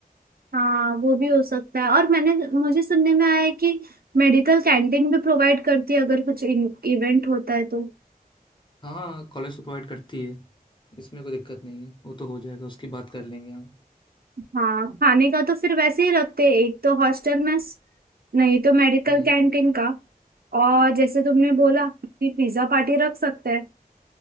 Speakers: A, on the right; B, on the left.
A: हाँ वो भी हो सकता है और मैंने मुझे सुनने में आया है कि मेडिकल कैंटीन भी प्रोवाइड करती है अगर कुछ इवेंट होता है तो
B: हाँ हाँ कॉलेज तो प्रोवाइड करती है इसमें कोई दिक्कत नहीं है वो तो हो जाएगा उसकी बात कर लेंगे हम
A: हाँ खाने का तो फिर वैसे ही रखते हैं एक तो हॉस्टल में स- नहीं तो मेडिकल
B: हम्म
A: कैंटीन का और जैसे तुमने बोला कि पिज्जा पार्टी रख सकते हैं